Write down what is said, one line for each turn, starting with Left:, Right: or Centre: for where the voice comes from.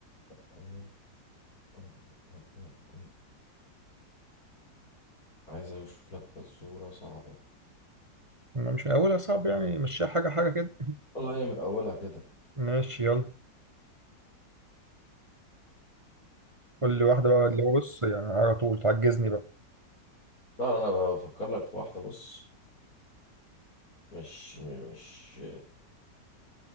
Left: آه، آه، آه، آه، آه، آه. عايز اشوف لك فزورة صعبة
Right: ما مش من اولها صعب يعني مشيها حاجة حاجة كده
Left: والله هي من اولها كده
Right: ماشي يلا قول لي واحدة بقى
Left: يعني
Right: اللي هو بص يعني على طول تعجزني بقى
Left: طبعا انا بفكر لك في واحدة بص مش م- مش